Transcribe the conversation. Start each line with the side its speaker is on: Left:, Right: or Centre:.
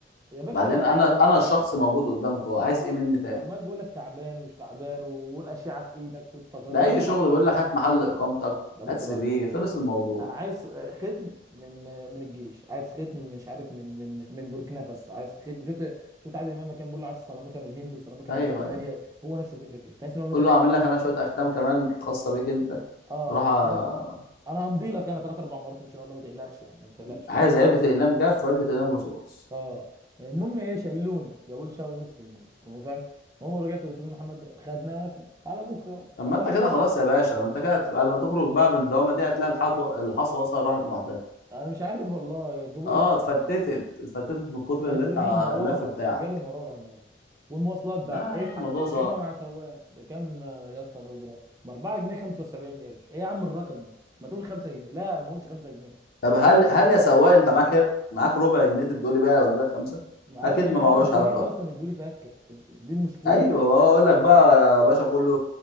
Right: يا باشا
Left: بعدين انا انا الشخص موجود قدامك هو عايز
Right: عم-
Left: ايه مني تاني
Right: عمال بقول لك تعبان ومش تعبان و- والاشعه في ايدك والتقارير
Left: ده
Right: لازم
Left: اي شغل
Right: أ-
Left: بيقول لك هات محل اقامتك
Right: ده بص
Left: هات سي
Right: بقى
Left: في خلص الموضوع
Right: انا عايز ختم من من الجيش عايز ختم مش عارف من من من بوركينا فاسو عايز ختم شفت شفت عادل امام كان بيقول له عايز سيراميكا من الهند وسيراميكا
Left: ايوه
Right: من المانيا
Left: ايوه
Right: هو نفس الفكره كده تحس ان هو مثلا
Left: قول له
Right: ايه
Left: اعمل
Right: بيقول لك
Left: لك انا شويه اختام كمان خاصه بيك انت
Right: اه آه،
Left: راح أ-
Right: آه، حضرتك انا همضي لك انا ثلاث اربع مرات ان شاء الله ما تقلقش يعني ما تقلقش
Left: عايز علبه اقلام جاف وعلبه اقلام رصاص
Right: اه المهم ايه شلوني جابوا لي شهر ونصف هناك هو فاهم المهم رجعت للاستاذ محمد الخزنه قفل تعالى بكره بقى
Left: طب ما
Right: او بعد
Left: انت كده
Right: بكره
Left: خلاص يا باشا ما انت كده هت- بعد ما تخرج بقى من الدوامه دي هتلاقي الحطوه الحصوه اصلا راحت لوحدها
Right: انا مش عارف والله جابوا
Left: اه
Right: لي جلطه
Left: اتفتتت
Right: هناك
Left: اتفتتت من كتر
Right: أنا
Left: اللي
Right: اتفاديت
Left: انت ع-
Right: من المراره
Left: اللف بتاعك
Right: انا جالي مراره هناك والمواصلات بقى
Left: لا يا عم
Right: ايه اضحك
Left: الموضوع
Right: بقى
Left: صعب
Right: ركبنا مع سواق بكام آه، يا اسطى الاجره ب 4 جنيه 75 قرش ايه يا عم الرقم ده ما تقول 5 جنيه لا انا ما قلتش 5 جنيه
Left: طب
Right: الرسمي
Left: هل هل يا سواق انت معاك معاك ربع جنيه تدولي بقى ولا خمسه
Right: معايا
Left: اكيد
Right: 4
Left: ما
Right: جنيه
Left: معهوش
Right: معوش جنيه
Left: حاجه خالص
Right: اصلا ادولي فكه دي مشكله
Left: ايوه بقول لك بقى يا باشا كله